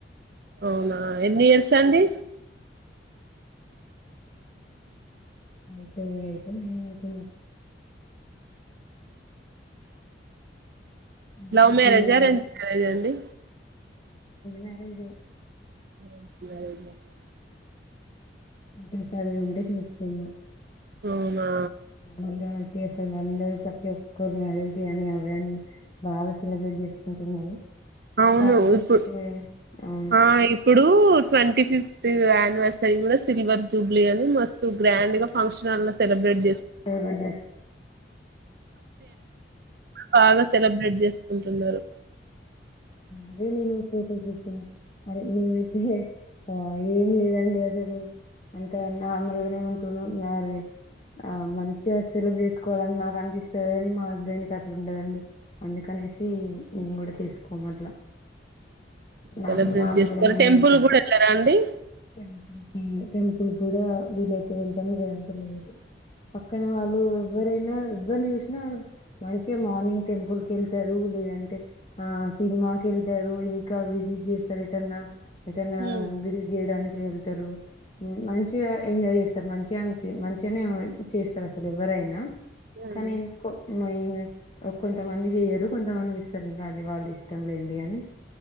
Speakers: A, on the right; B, on the left.
A: అవునా ఎన్ని ఇయర్సా అండి
B: యియితే నేనవుతు మ్యారేజ్
A: లవ్ మ్యారేజా
B: డే అరేంజ్
A: మ్యారేజా అండి
B: మ్యారేజ్
A: అ
B: ఫొటోస్ అవి ఉంటే చూస్తున్నాం
A: అవునా
B: మళ్ళీ అయితే అసలు అందరు ప్రతి ఒక్కరు మ్యారేజ్ డే అని అవి అని బాగా సెలబ్రేట్ చేసుకుంటున్నారు
A: అవును
B: కాకపోతే
A: ఇప్పు
B: అవును
A: ఆ ఇ ప్పుడు ట్వంటీ ఫిఫ్త్ యానివర్సరీ కూడా సిల్వర్ జూబ్లీ అని మస్తు గ్రాండ్ గా ఫంక్షన్ అ సెలబ్రట్
B: ఉహుహు
A: బాగా సెలబ్రేట్ చేసుకుంటున్నారు
B: అదే నేను ఫోటో చూస్తున్న అరే మేమైతే ఆ ఏం లేదండి అసలు అంతగా నార్మల్ గానే ఉంటున్నాం మరి ఆ మంచిగా సెలబ్రేట్ చేసుకోవాలని నాకు అనిపిస్తది అని మా హస్బెండ్ కి అట్లుండదండి అందుకనేసి మేం కూడా చేసుకోము అట్లా నా
A: సెలబ్రేట్
B: నార్మల్
A: చేస్తారు
B: గానే
A: టెంపుల్
B: ఉంటాను
A: కూడా వెళ్ళరా అండి
B: టెంపుల్ కి టెంపుల్ కూడా వీలైతే వెళ్తాం లేదంటే లేదు పక్కన వాళ్ళు ఎవ్వరైనా ఎవ్వరనీ చూసినా మంచిగా మార్నింగ్ టెంపుల్ కి వెళ్తారు లేదంటే ఆ సినిమాకెళ్తారు ఇంకా విజిట్ చేస్తారు ఎటన్నా ఏటన్నా
A: ఉమ్.
B: విజిట్ చేయడానికి వెళ్తారు ఉమ్ మంచిగా ఎంజాయ్ చేస్తారు మంచిగా అనిపి మంచిగానే చేస్తారు అసలు ఎవరైనా
A: ఉమ్.
B: కానీ ఎందుకో మేమే ఓ కొంతమంది చేయరు కొంతమంది చేస్తారు అది వాళ్ళ ఇష్టం లేండి అని